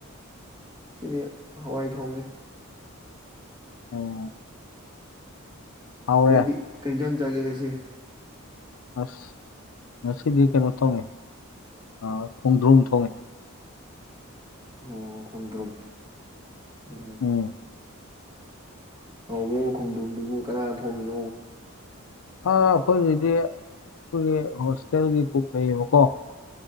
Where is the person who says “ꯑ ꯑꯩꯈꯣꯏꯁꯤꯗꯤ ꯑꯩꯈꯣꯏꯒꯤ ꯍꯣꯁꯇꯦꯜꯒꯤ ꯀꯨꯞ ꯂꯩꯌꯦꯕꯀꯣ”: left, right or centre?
Left